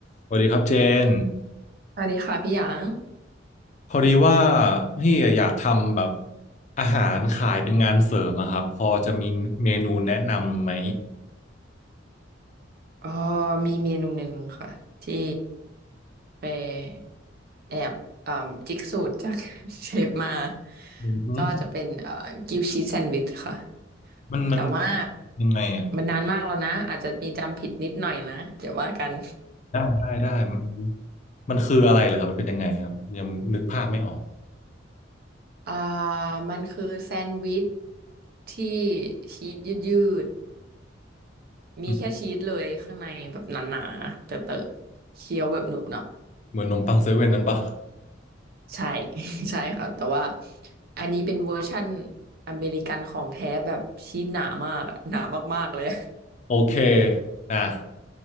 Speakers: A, on the left (about 40°); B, on the right (about 50°).
A: สวัสดีครับเจน
B: สวัสดีค่ะพี่หยาง
A: พอดีว่าพี่อยากทำแบบอาหารขายเป็นงานเสริมอะครับพอจะมีเมนูแนะนำไหม
B: เอ๋อมีเมนูหนึ่งค่ะที่ไปแอบเอ่มจิกสูตรจาก <laughs> เชฟมา
A: อือฮึ
B: ก็จะเป็นเอ่อกิวชีสแซนด์วิชค่ะ
A: มันมัน
B: แต่ว่า
A: ยังไงอะ
B: มันนานมากแล้วนะอาจจะมีจำผิดนิดหน่อยนะเดี๋ยวว่ากัน
A: ได้ได้ได้มันมันคืออะไรเหรอครับมันเป็นยังไงครับยังนึกภาพไม่ออก
B: <laughs> อ่ามันคือแซนด์วิชที่ชีสยืดๆมีแค่ชีสเลยข้างในแบบหนาๆเตอะๆเคี้ยวแบบหนุบหนับ
A: อืมเหมือนนมปังเซเว่นนั้นปะ
B: ใช่ <laughs> ใช่ค่ะแต่ว่าอันนี้เป็นเวอร์ชั่นอเมริกันของแท้แบบชีสหนามากอะหนามากๆเลยอะ
A: โอเคนะ